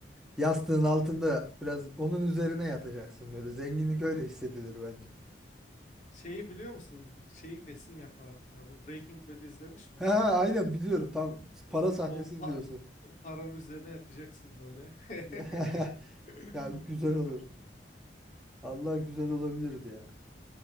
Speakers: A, in the centre; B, on the left.
A: Yastığın altında biraz onun üzerine yatacaksın böyle. Zenginlik öyle hissedilir bence.
B: Şeyi biliyor musun? Şeyi kesin yapardım ya. Bu Breaking Bad izlemiş miydin?
A: Ha, ha, aynen biliyorum tam para sahnesini
B: O pa-
A: diyorsun.
B: paranın üzerine yatacaksın böyle. <laughs>
A: <laughs>
B: Ha,
A: Ya güzel olurdu. Allah güzel olabilirdi ya.